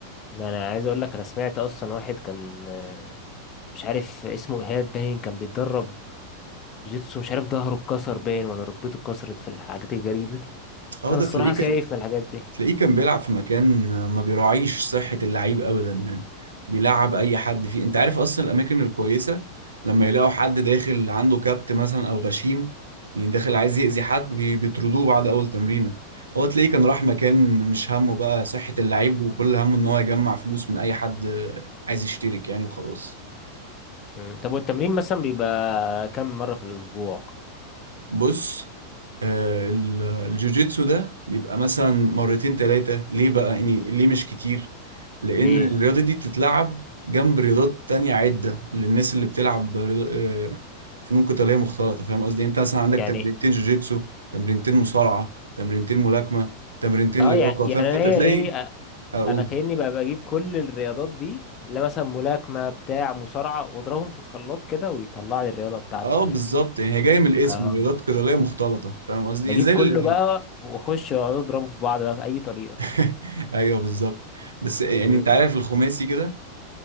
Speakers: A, on the left; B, on the right.
A: ده انا عايز اقول لك انا سمعت اصلا واحد كان آه، مش عارف اسمه ايهاب باين كان بيتدرب جيتسو مش عارف ظهره اتكسر باين ولا ركبته اتكسرت في الحاجات الغريبة دي
B: اه
A: فانا
B: ده
A: الصراحة
B: تلاقيك
A: خايف من الحاجات دي
B: تلاقيه كان بيلعب في مكان ما بيراعيش صحة اللعيب أبدا يعني بيلعب أي حد فيه أنت عارف أصلا الأماكن الكويسة لما يلاقوا حد داخل عنده كبت مثلا أو غشيم يعني داخل عايز يأذي حد بي- بيطردوه بعد أول تمرينة هو تلاقيه كان راح مكان مش همه بقى صحة اللعيب وكل همه إن هو يجمع فلوس من أي حد عايز يشترك يعني وخلاص
A: مم. طب والتمرين مثلا بيبقى كم مرة في الاسبوع
B: بص آه، ال- الجوجيتسو ده بيبقى مثلا مرتين ثلاثة ليه بقى يعني ليه مش كتير لأن
A: ليه
B: الرياضة دي بتتلعب جنب رياضات تانية عدة للناس اللي بتلعب رياض- آه، فنون قتالية مختلطة فاهم قصدي انت مثلا عندك
A: يعني
B: تمرينتين جوجيتسو تمرينتين مصارعة تمرينتين ملاكمة تمرينتين
A: اه
B: لياقة
A: يعني يعني
B: فاهم فانت
A: انا هي
B: تلاقي
A: ايه أ-
B: اقول
A: انا كأني بقى بجيب كل الرياضات دي اللي مثلا ملاكمة بتاع مصارعة واضربهم في الخلاط كده ويطلع لي الرياضة بتاعتك
B: اه بالظبط يعني هي جاية من الاسم
A: دي
B: رياضات قتالية مختلطة فاهم قصدي
A: بجيب
B: يعني زي ال-
A: كله بقى واخش واقعد اضربه في بعض بقى باي طريقه
B: <laughs> ايوه بالظبط بس يعني
A: مم.
B: انت عارف الخماسي كده